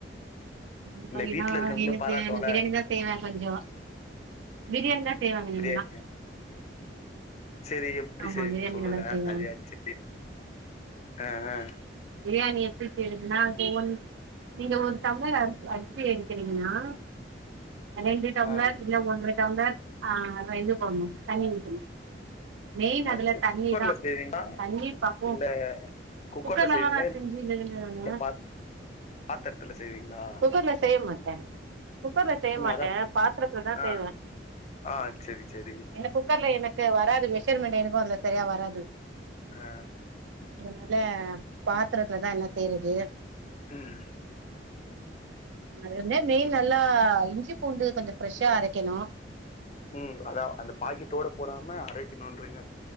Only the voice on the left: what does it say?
இல்ல
வீட்ல இருக்கவங்களே
பாராட்டுவாங்க
பிரியாணி செரி எப்பிடி
செய்வீங்க
சொல்லுங்க
அதயாச்சி ஆ ஆ
ஆ
ஆ
செரி
குக்கர்ல
செய்வீங்களா
இல்ல குக்கர்ல
செய்வீங்களா
இல்ல பா பாத்திரத்துல செய்வீங்களா
ம்
அதா
ஆ
ஆ செரி செரி
ஆ
ம்
ம் அதா அந்த பாக்கெட்டோட போடாம அரைக்கணுன்றீங்க